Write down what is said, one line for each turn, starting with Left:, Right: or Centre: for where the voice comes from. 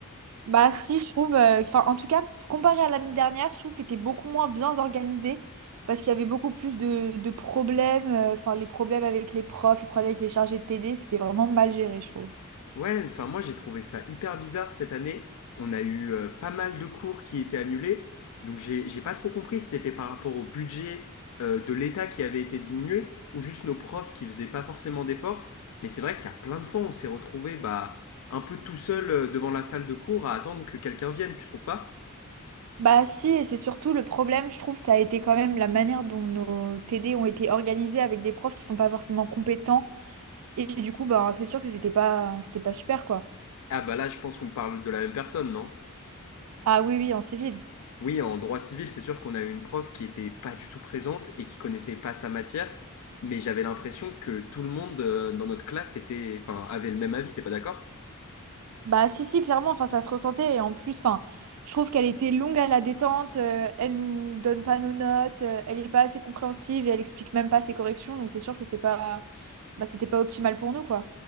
Right: Bah si, je trouve, euh, enfin en tout cas, comparé à l'année dernière, je trouve que c'était beaucoup moins bien organisé parce qu'il y avait beaucoup plus de, de problèmes, euh, enfin les problèmes avec les profs, les problèmes avec les chargés de TD, c'était vraiment mal géré, je trouve.
Left: Ouais, enfin moi j'ai trouvé ça hyper bizarre cette année. On a eu euh, pas mal de cours qui étaient annulés, donc j'ai j'ai pas trop compris si c'était par rapport au budget euh, de l'État qui avait été diminué ou juste nos profs qui faisaient pas forcément d'efforts. Mais c'est vrai qu'il y a plein de fois où on s'est retrouvé bah un peu tout seul euh, devant la salle de cours à attendre que quelqu'un vienne, tu trouves pas?
Right: Bah si, et c'est surtout le problème, je trouve, ça a été quand même la manière dont nos TD ont été organisés avec des profs qui sont pas forcément compétents et du coup, bah c'est sûr que c'était pas, c'était pas super quoi.
Left: Ah bah là, je pense qu'on parle de la même personne, non?
Right: Ah oui, oui, en civil.
Left: Oui, en droit civil, c'est sûr qu'on a eu une prof qui était pas du tout présente et qui connaissait pas sa matière, mais j'avais l'impression que tout le monde euh, dans notre classe était, enfin, avait le même avis, t'es pas d'accord?
Right: Bah si si clairement enfin ça se ressentait et en plus enfin je trouve qu'elle était longue à la détente euh, elle nous donne pas nos notes euh, elle est pas assez compréhensive et elle explique même pas ses corrections donc c'est sûr que c'est pas bah c'était pas optimal pour nous quoi.